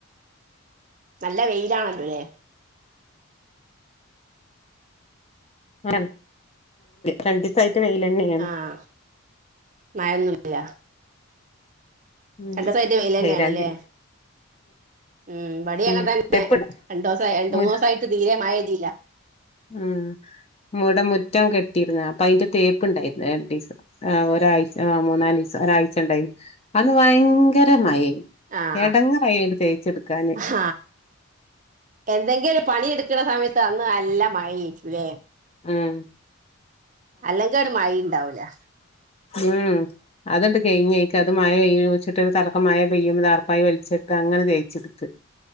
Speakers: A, on the right; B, on the left.
A: നല്ല വെയിലാണല്ലോലിലെ
B: <unintelligible> രണ്ടീസായിട്ട് വെയ്ലന്നെ
A: ആഹ് മഴയൊന്നുല്ല
B: ഉം
A: രണ്ടീസായിട്ട് വെയ്ലെന്നെ
B: ഏഹ്
A: ആണില്ലേ
B: രണ്ടീ
A: ഉം ഇവടീം
B: ഉം
A: അങ്ങെനതന്നെ
B: എപ്പട
A: രണ്ടൂസായി രണ്ട്
B: മു
A: മൂന്നൂസായിട്ട് തീരെ മഴയില്ല
B: ഉം ഇവടെ മുറ്റം കെട്ടിയിര്ന്ന് അപ്പൊ അയ്ന്റെ തേപ്പ് ഇണ്ടായ്ര്ന്നു രണ്ടീസം ആഹ് ഒരായ്ച്ച ആഹ് മൂന്നാലീസം ഒരായ്ച്ച ഇണ്ടായ്ന്നു അന്ന് ഭയങ്കര മയേയ്
A: ആഹ്
B: എടങ്ങേറായി അത് തേച്ചെട്ക്കാന്
A: ആഹ് എന്തെങ്കി ഒരു പണിയെട്ക്ക്‌ണ സമയത്ത് അന്ന് നല്ല മഴേയ്ര്ക്കൂല്ലേ?
B: ആഹ്
A: അല്ലെങ്കി ഒരു മയീം ഇണ്ടാവൂലാ
B: ഉം അതട് കയ്ഞ്ഞേയ് ക്കത് മയ പെയ്യോച്ചിട്ട് ഒര്തലക്കെ മയ പെയ്യും ടാർപ്പായി വൽച്ചെട്ടങ്ങനെ തേയ്ച്ചെട്ത്ത്